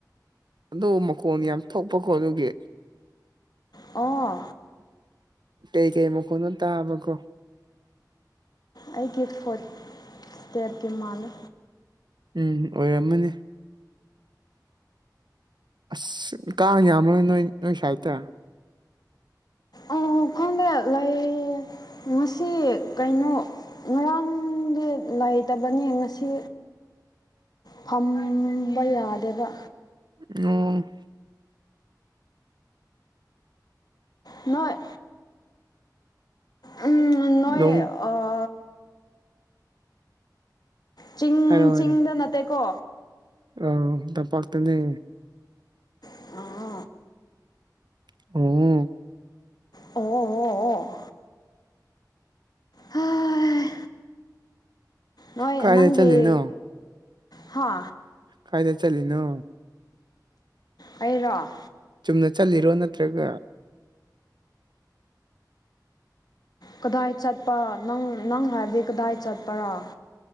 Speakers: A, on the right; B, on the left.
A: ꯑꯗꯨ ꯃꯈꯣꯟ ꯌꯥꯝ ꯊꯣꯛꯄꯀꯣ ꯑꯗꯨꯒꯤ
B: ꯑꯣ
A: ꯀꯩ ꯀꯩ ꯃꯈꯣꯟꯅꯣ ꯇꯥꯕꯀꯣ
B: ꯑꯩꯒꯤ ꯐꯨꯠ ꯏꯁꯇꯦꯞꯀꯤ ꯃꯥꯜꯂꯦ
A: ꯎꯝ ꯑꯣꯏꯔꯝꯃꯅꯤ ꯑꯁ ꯀꯥꯡ ꯌꯥꯝꯕ꯭ꯔꯣ ꯅꯣꯏ ꯅꯣꯏ ꯁꯥꯏꯗꯇ
B: ꯑꯣ ꯈꯪꯗꯦ ꯂꯩ ꯉꯁꯤ ꯀꯩꯅꯣ ꯉꯔꯥꯡꯗꯤ ꯂꯩꯇꯕꯅꯦ ꯉꯁꯤ ꯐꯝꯕ ꯌꯥꯗꯦꯕ
A: ꯅꯣ
B: ꯅꯣꯏ ꯎꯝ ꯅꯣꯏ
A: ꯅꯣꯡ
B: ꯑꯥ ꯆꯤꯡ
A: ꯍꯥꯏꯔꯣ ꯍꯥꯏꯔꯣ
B: ꯆꯤꯡꯗ ꯅꯠꯇꯦꯀꯣ
A: ꯑꯧ ꯇꯝꯄꯥꯛꯇꯅꯦ
B: <unintelligible>
A: <unintelligible>
B: ꯑꯣ ꯑꯣ ꯑꯣ ꯍꯥ ꯅꯣꯏ
A: ꯀꯥꯏꯗ
B: ꯅꯪꯒꯤ
A: ꯆꯠꯂꯤꯅꯣ
B: ꯍꯥ
A: ꯀꯥꯏꯗ ꯆꯠꯂꯤꯅꯣ
B: ꯑꯩꯔꯣ
A: ꯆꯨꯝꯅ ꯆꯠꯂꯤꯔꯣ ꯅꯠꯇ꯭ꯔꯒ
B: ꯀꯗꯥꯏ ꯆꯠꯄ ꯅꯪ ꯅꯪ ꯍꯥꯏꯕꯗꯤ ꯀꯗꯥꯏ ꯆꯠꯄꯥꯔ